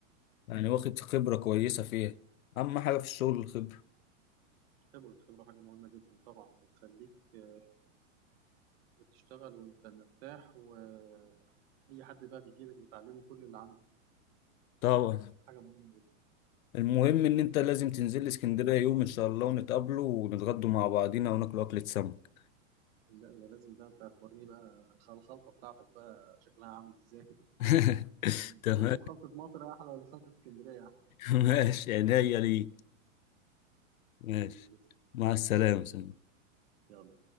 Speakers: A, on the left; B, on the right.
A: يعني واخد خبرة كويسة فيها اهم حاجة في الشغل الخبرة
B: الخبره الخبره حاجه مهمه جدا طبعا بتخليك آه، بتشتغل وانت مرتاح واي حد بقى بيجي لك بتعلمه كل اللي عندك
A: طبعا
B: حاجه مهمه جدا
A: المهم ان انت لازم تنزل لي اسكندرية يوم ان شاء الله ونتقابلوا ونتغدوا مع بعضينا وناكلوا اكلة سمك
B: لا ده لازم بقى انت هتوريني بقى الخ- الخلطه بتاعتك بقى شكلها عامل ازاي
A: <laughs>
B: <laughs>
A: تمام
B: هنشوف خلطه مصر احلى ولا خلطه اسكندريه احلى
A: ماشي عينيا ليك ماشي
B: حبيبي تسلم
A: مع السلامة سلام
B: يلا